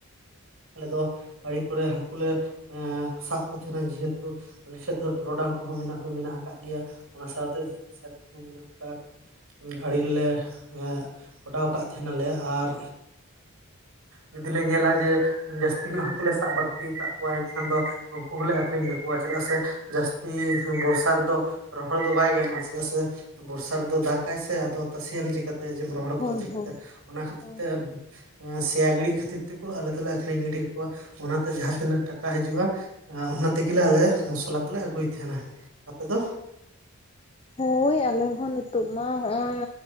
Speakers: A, on the right (about 65°); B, on the left (about 25°).
A: ᱟᱞᱮ ᱫᱚ ᱟᱹᱭᱤ ᱠᱚᱨᱮ ᱦᱟᱹᱠᱩ ᱞᱮ ᱮᱸᱻ ᱥᱟᱵ ᱠᱚ ᱛᱟᱦᱮᱱᱟ ᱡᱮᱦᱮᱛᱩ ᱟᱞᱮ ᱥᱮᱫ ᱫᱚ ᱰᱚᱨᱚᱰᱟᱝ ᱠᱚᱦᱚᱸ ᱢᱮᱱᱟᱜ ᱫᱚ ᱢᱮᱱᱟᱜ ᱠᱟᱜ ᱜᱮᱭᱟ ᱾ ᱚᱱᱟ ᱥᱟᱣ ᱛᱮ ᱢᱚᱥᱟᱨᱤ ᱠᱚᱦᱚᱸ ᱢᱮᱱᱟᱜ-ᱟ᱾ ᱟᱨ ᱟᱲᱮ ᱨᱮ ᱞᱮ ᱮᱸᱻ ᱚᱰᱟᱣ ᱠᱟᱜ ᱛᱟᱦᱮᱱᱟ ᱞᱮ ᱟᱨ ᱡᱩᱫᱤ ᱞᱮ ᱧᱮᱞᱟ ᱡᱮ ᱡᱟᱹᱥᱛᱤ ᱧᱚᱜ ᱦᱟᱹᱠᱩ ᱞᱮ ᱥᱟᱵ ᱵᱟᱹᱲᱛᱤ ᱠᱟᱫ ᱠᱚᱣᱟ ᱮᱱᱠᱷᱟᱱ ᱫᱚ ᱩᱱᱠᱩ ᱦᱚᱸ ᱞᱮ ᱟᱹᱠᱷᱨᱤᱧ ᱠᱟᱠᱚᱣᱟ᱾ ᱪᱮᱫᱟᱜ ᱥᱮ ᱡᱟᱹᱥ ᱛᱤ ᱵᱚᱨᱥᱟ ᱨᱮᱫᱚ ᱨᱚᱦᱚᱲ ᱫᱚ ᱵᱟᱭ ᱜᱟᱱᱚᱜ-ᱟ᱾ ᱪᱮᱫᱟᱜ ᱥᱮ ᱵᱚᱨᱥᱟ ᱨᱮᱫᱚ ᱫᱟᱜ ᱟᱭ ᱥᱮ ᱟᱫᱚ ᱛᱟᱥᱮᱭᱟᱢ ᱪᱤᱠᱟᱹ ᱛᱮ ᱡᱮᱢ ᱨᱚᱦᱚᱲ
B: ᱦᱳᱭ
A: ᱠᱚᱣᱟ ᱪᱤᱠᱟᱹ
B: ᱦᱳᱭ
A: ᱛᱮ ᱚᱱᱟ ᱠᱷᱟᱹᱛᱤᱨ
B: ᱦᱳᱭ
A: ᱛᱮ ᱥᱮᱭᱟ ᱜᱤᱲᱤᱡ ᱠᱷᱟᱹᱛᱤᱨ ᱛᱮᱠᱚ ᱟᱞᱮ ᱫᱚ ᱞᱮ ᱟᱹᱠᱷᱨᱤᱧ ᱜᱤᱰᱤ ᱠᱟᱠᱚᱣᱟ᱾ ᱚᱱᱟ ᱛᱮ ᱡᱟᱦᱟ ᱛᱤᱱᱟᱹᱜ ᱴᱟᱠᱟ ᱦᱤᱡᱩᱜ-ᱟ᱾ ᱚᱱᱟ ᱛᱮᱜᱮ ᱞᱮ ᱟᱞᱮ ᱢᱚᱥᱞᱟ ᱠᱚᱞᱮ ᱟᱹᱜᱩᱭ ᱛᱟᱦᱮᱸᱱᱟ, ᱟᱯᱮ ᱫᱚ?
B: ᱦᱳᱭ ᱟᱞᱮ ᱦᱚᱸ ᱱᱤᱛᱳᱜ ᱢᱟ ᱦᱚᱜ-ᱚᱭ